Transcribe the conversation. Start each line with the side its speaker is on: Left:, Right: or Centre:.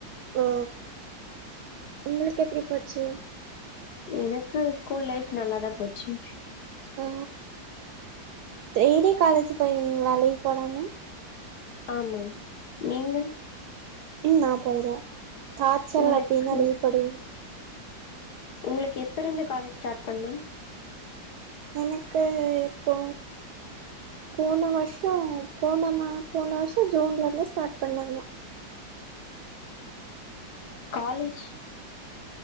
Right: ஓ உங்களுக் எப்டி போச்சு
Left: எனக்கு ஸ்கூல் லைஃப் நல்லாதா போச்சு
Right: ஆ டெய்லியு காலேஜ் போயிருவிங்ளா லீவ் போடாம
Left: ஆமாங் நீங்க
Right: ம் நா போயிருவே காச்சல்
Left: உங்களுக்கு
Right: அப்டின்னா லீவ் போடுவே
Left: உங்களுக்கு எப்ப இருந்து காலேஜ் ஸ்டார்ட் பண்ணும்
Right: எனக்கு இப்போ போன வருஷோ போன மா போன வருஷோ ஜூன்ல இருந்து ஸ்டார்ட் பண்ணாங்க
Left: காலேஜ்